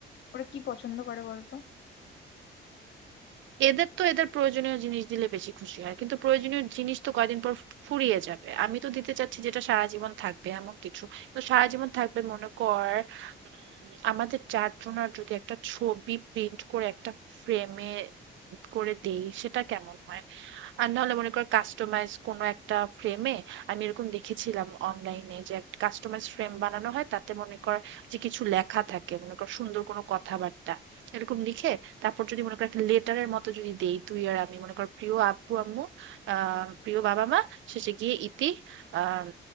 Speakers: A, on the left (about 65°); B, on the right (about 75°).
A: ওরা কি পছন্দ করে বলতো
B: এদের তো এদের প্রয়োজনীয় জিনিস দিলে বেশি খুশি হয় কিন্তু প্রয়োজনীয় জিনিস তো কয়দিন পর ফুরিয়ে যাবে আমি তো দিতে চাচ্ছি যেটা সারা জীবন থাকবে এমন কিছু তো সারা জীবন থাকবে মনে কর উম, আমাদের চারজনার যদি একটা ছবি প্রিন্ট করে একটা ফ্রেমে করে দেই সেটা কেমন হয় আর নাহলে মনে কর কাস্টমাইজ কোনো একটা ফ্রেমে আমি এরকম দেখেছিলাম অনলাইনে যে একটা কাস্টমাইজ ফ্রেম বানানো হয় তাতে মনে কর যে কিছু লেখা থাকে মনে কর সুন্দর কোনো কথাবার্তা এরকম লিখে তারপর যদি মনে কর একটা লেটারের মতো যদি দেই তুই আর আমি মনে কর প্রিয় আব্বু আম্মু আহ প্রিয় বাবা মা শেষে গিয়ে ইতি আহ